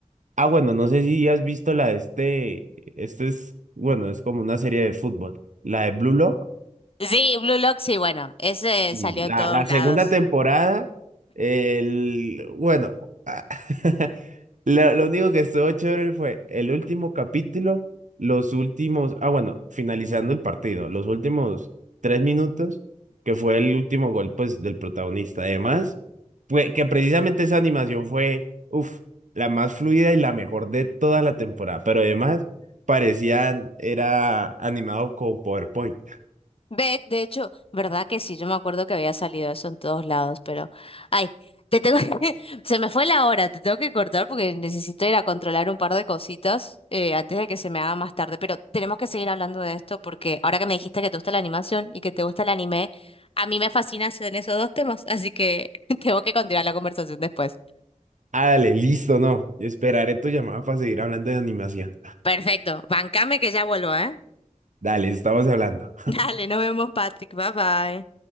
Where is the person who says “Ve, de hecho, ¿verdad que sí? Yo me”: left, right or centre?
Left